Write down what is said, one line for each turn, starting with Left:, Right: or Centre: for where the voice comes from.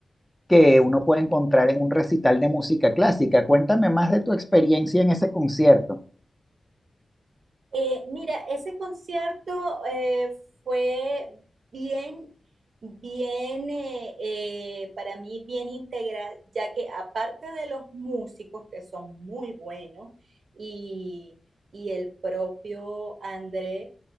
Centre: que uno puede encontrar en un recital de música clásica. Cuéntame más de tu experiencia en ese concierto.
Right: Eh, mira, ese concierto eh, fue bien, bien, eh, eh, para mí bien integral, ya que aparte de los músicos que son muy buenos y, y el propio André,